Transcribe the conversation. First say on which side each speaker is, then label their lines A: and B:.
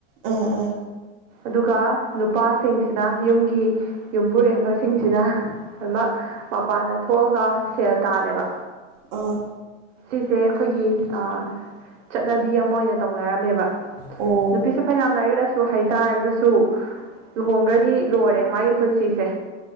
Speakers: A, on the right (about 45°); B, on the right (about 75°).
A: ꯑꯥ ꯑꯥ
B: ꯑꯗꯨꯒ ꯅꯨꯄꯥꯁꯤꯡꯁꯤꯅ ꯌꯨꯝꯒꯤ ꯌꯨꯝꯕꯨꯔꯦꯝꯕꯁꯤꯡꯁꯤꯅ ꯂꯣꯏꯃꯛ ꯃꯄꯥꯟꯗ ꯊꯣꯛꯑꯒ ꯁꯦꯜ ꯇꯥꯜꯂꯦꯕ
A: ꯑ
B: ꯁꯤꯁꯦ ꯑꯩꯈꯣꯏꯒꯤ ꯑ ꯆꯠꯅꯕꯤ ꯑꯃ ꯑꯣꯏꯅ ꯇꯧꯅꯔꯝꯃꯦꯕ
A: ꯑꯣ
B: ꯅꯨꯄꯤꯁꯦ ꯐꯅꯌꯥꯝ ꯂꯥꯏꯔꯤꯛ ꯂꯥꯏꯁꯨ ꯍꯩꯇꯥꯥꯔꯒꯁꯨ ꯂꯨꯍꯣꯡꯒ꯭ꯔꯗꯤ ꯂꯣꯏꯔꯦ ꯃꯥꯒꯤ ꯄꯨꯟꯁꯤꯁꯦ